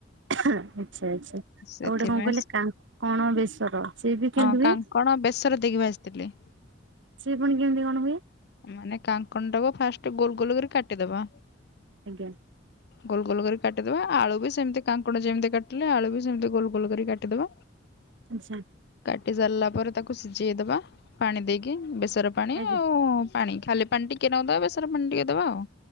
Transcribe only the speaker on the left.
ସେଥିପାଇଁ
ହଁ
କାଙ୍କଣ ବେସର ଦେଇକି ଭାଜିଥିଲି।
ମାନେ କାଙ୍କଣ ଟାକୁ ଫାଷ୍ଟ ଗୋଲ ଗୋଲ କରି କାଟିଦବା।
ଗୋଲ ଗୋଲ କରି କାଟିଦବା ଆଳୁ ବି ସେମିତି କାଙ୍କଣ ଯେମତି କାଟ୍ ନା ଆଳୁ ବି ସେମିତି ଗୋଲ ଗୋଲ କରି କାଟିଦବା।
କାଟି ସାରିଲା ପରେ ତାକୁ ସିଝେଇଦବା ପାଣି ଦେଇକି ବେସର ପାଣି
ଆଉ ପାଣି ଖାଲି ପାଣି ଟିକେ ନାକୁ ଦବା ବେସର ପାଣି ଟିକେ ଦବା ଆଉ